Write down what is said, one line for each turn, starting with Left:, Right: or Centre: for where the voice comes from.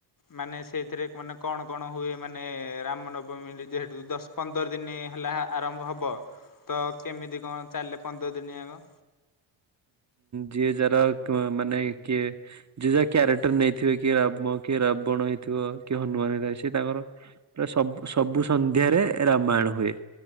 Left: ମାନେ ସେଇଥିରେ ମାନେ କଣ କଣ ହୁଏ ମାନେ ରାମନବମୀ ଯେହେତୁ ଦଶ ପନ୍ଦର ଦିନ ହେଲା ଆରମ୍ଭ ହବ ତ କେମିତି କଣ ଚାଲେ ପନ୍ଦର ଦିନ ଆ
Right: ଯିଏ ଯାର ମାନେ କିଏ ଯିଏ ଯାହା କ୍ୟାରେକ୍ଟର୍ ନେଇଥିବେ କି ରାମ କି ରାବଣ ହେଇଥିବ କି ହନୁମାନ ହେଇ ସେ ତାଙ୍କର ସବୁ ସବୁ ସନ୍ଧ୍ୟାରେ ରାମାୟଣ ହୁଏ